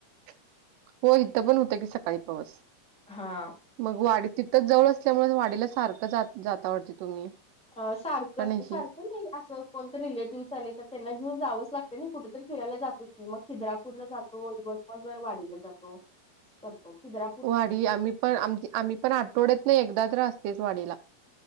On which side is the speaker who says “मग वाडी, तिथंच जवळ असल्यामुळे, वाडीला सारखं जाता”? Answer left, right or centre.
Right